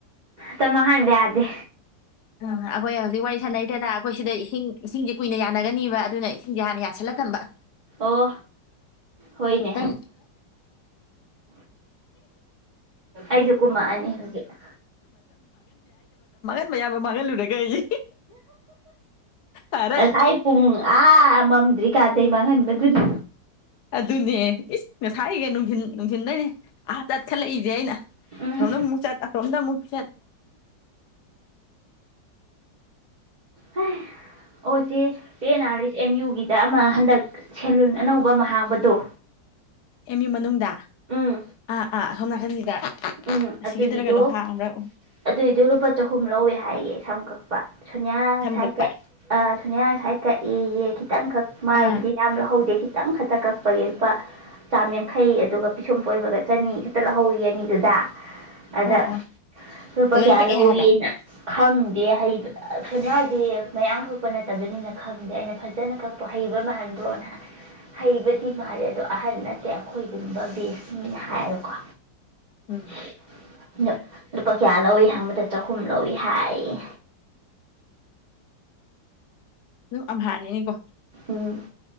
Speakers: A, on the right; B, on the left.
A: ꯇ ꯃꯍꯥꯟꯗꯗꯦ
B: ꯑ ꯑꯩꯈꯣꯏ ꯍꯧꯖꯤꯛ ꯋꯥꯔꯤ ꯁꯥꯟꯅꯩꯗꯅ ꯑꯩꯈꯣꯏ ꯁꯤꯗ ꯏꯁꯤꯡ ꯏꯁꯤꯡꯁꯦ ꯀꯨꯏꯅ ꯌꯥꯅꯒꯅꯤꯕ ꯑꯗꯨꯅ ꯌꯥꯔ ꯌꯥꯁꯂ ꯊꯝꯕ
A: ꯑꯣ ꯍꯣꯏꯅꯦ
B: ꯃꯇꯝ
A: ꯑꯩꯁꯨ ꯀꯨꯝꯃꯛꯑꯅꯤ ꯍꯧꯖꯤꯛ
B: ꯃꯌꯥꯝ ꯑꯃ ꯃꯥꯡꯍꯜꯂꯨꯔꯒꯦ ꯑꯩ ꯐꯔꯦ
A: ꯁꯥꯏ ꯄꯨꯡ ꯑ ꯃꯝꯗ꯭ꯔꯤ ꯀꯥꯗꯩ ꯃꯥꯡꯍꯟꯕꯗꯨꯅꯤ
B: ꯑꯗꯨꯅꯦ ꯏꯁ ꯉꯁꯥꯏ ꯒꯩ ꯅꯨꯡꯊꯤꯟ ꯅꯨꯡꯊꯤꯟꯗꯩꯅꯦ ꯑ- ꯆꯠꯈꯠꯂꯛꯏꯖꯦ ꯑꯩꯅ
A: ꯎꯝ
B: ꯑꯁꯣꯝꯗ ꯃꯨꯛ ꯆꯠ ꯑꯁꯣꯝꯗ ꯃꯨꯛ- ꯆꯠ
A: ꯍꯩ ꯑꯣ ꯆꯦ- ꯆꯦ ꯅꯥꯔꯤꯁ ꯑꯦꯝ ꯌꯨꯒꯤ ꯇ ꯑꯃ ꯍꯟꯗꯛ ꯁꯦꯂꯨꯟ ꯑꯅꯧꯕ ꯑꯃ ꯍꯥꯡꯕꯗꯣ
B: ꯑꯦꯝ ꯌꯨ ꯃꯅꯨꯡꯗ
A: ꯎꯝ
B: ꯑꯥ ꯑꯥ ꯑꯁꯣꯝ ꯅꯥꯀꯟꯒꯤꯗ
A: ꯎꯝ
B: ꯑꯁꯤꯒꯤꯗꯔ
A: ꯑꯗꯨꯒꯤꯗꯣ
B: ꯀꯩꯅꯣ ꯍꯥꯡꯕ꯭ꯔꯥ
A: ꯑꯗꯨꯏꯗꯣ ꯂꯨꯄꯥ ꯆꯍꯨꯝ ꯂꯧꯋꯦ ꯍꯥꯏꯌꯦ ꯁꯝ ꯀꯛꯄ ꯁꯣꯅꯤꯌꯥ ꯉꯁꯥꯏ
B: ꯁꯝ ꯀꯛꯄ
A: ꯀꯛ ꯑ ꯁꯣꯅꯤꯌꯥ ꯉꯁꯥꯏ ꯀꯛꯑꯦꯌꯦ ꯈꯤ- ꯇꯪꯈꯛ ꯃꯥꯏꯕꯨꯗꯤ
B: ꯑꯥ
A: ꯌꯥꯝ ꯂꯧꯍꯧꯗꯦ ꯈꯤ- ꯈꯤꯇꯪ ꯈꯛꯇ ꯀꯛꯄꯒꯤ ꯂꯨꯄꯥ ꯆꯥꯝ ꯌꯥꯡꯈꯩ ꯑꯗꯨꯒ ꯄꯤꯁꯨꯝ ꯐꯣꯏꯕꯒ ꯆꯅꯤ ꯈꯛꯇ ꯂꯧꯍꯧꯋꯤꯌꯦ ꯑꯅꯤꯗꯨꯗ ꯇꯥ ꯑꯗ
B: ꯑꯣ ꯑꯣ
A: ꯂꯨꯄꯥ
B: ꯐꯖꯅ
A: ꯀꯌꯥ
B: ꯀꯛꯑꯦ
A: ꯂꯧꯋꯦꯅ
B: ꯍꯥꯏꯕ꯭ꯔꯥ
A: ꯈꯪꯗꯦ ꯍꯩꯕ ꯑ ꯁꯣꯅꯤꯌꯥꯗꯤ ꯃꯌꯥꯝ ꯀꯛꯄ ꯅꯠꯇꯕꯅꯤꯅ ꯈꯪꯗꯦ ꯑꯩꯅ ꯐꯖꯅ ꯀꯛꯄ ꯍꯩꯕ ꯃꯥꯟꯕ꯭ꯔꯣꯅ ꯍꯥꯏ ꯍꯩꯕꯗꯤ ꯃꯥꯜꯂꯦ ꯑꯗꯣ ꯑꯍꯟ ꯅꯠꯇꯦ ꯑꯩꯈꯣꯏꯒꯨꯝꯕ ꯕꯦꯁꯅꯤꯅ ꯍꯥꯏꯕꯀꯣ
B: ꯎꯝ
A: ꯁꯍ ꯎꯝꯗ ꯂꯨꯄꯥ- ꯀꯌꯥ ꯂꯧꯏ ꯍꯪꯕꯗ ꯆꯍꯨꯝ ꯂꯧꯏ ꯍꯥꯏꯌꯦ
B: ꯑꯗꯨꯝ ꯑꯝꯍꯥꯅꯤꯅꯦꯀꯣ
A: ꯎꯝ